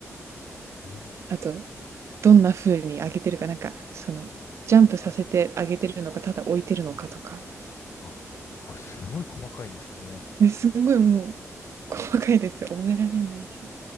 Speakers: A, on the left; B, on the right.
A: <laughs> ええ
B: あと、どんな風に上げてるか、なんかそのジャンプさせて上げてるのか、ただ置いてるのかとか。
A: あ、あ、すごい細かいんですね。
B: ねすんごいもう、細かいですよ。覚えられないし。